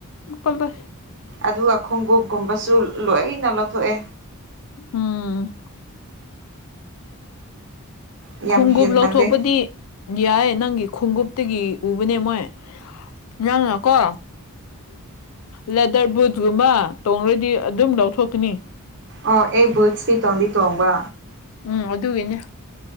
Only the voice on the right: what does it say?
ꯑꯗꯨꯒ ꯈꯣꯡꯎꯞꯒꯨꯝꯕꯁꯨ ꯂꯣꯏꯅ ꯂꯧꯊꯣꯛꯑꯦ
ꯌꯥꯝ
ꯍꯦꯟꯃꯜꯂꯦ
ꯑꯣ ꯑꯩ ꯕꯨꯠꯁꯇꯤ ꯇꯣꯗꯤꯤ ꯇꯣꯡꯕ